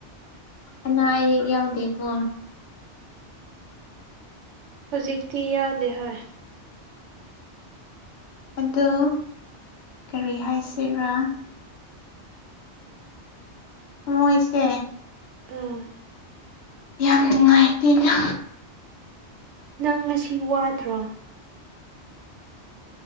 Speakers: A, on the left; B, on the right.
A: ꯑꯅꯥ ꯑꯌꯦꯛ ꯌꯥꯎꯗꯦꯀꯣ
B: ꯍꯨꯖꯤꯛꯇꯤ ꯌꯥꯎꯗꯦ ꯍꯣꯏ
A: ꯑꯗꯣ ꯀꯔꯤ ꯍꯥꯏꯁꯤꯔꯥ ꯃꯣꯏꯁꯦ
B: ꯎꯝ
A: ꯌꯥꯝ ꯅꯨꯡꯉꯥꯏꯇꯦꯗ
B: ꯅꯪ ꯉꯁꯤ ꯋꯥꯗ꯭ꯔꯣ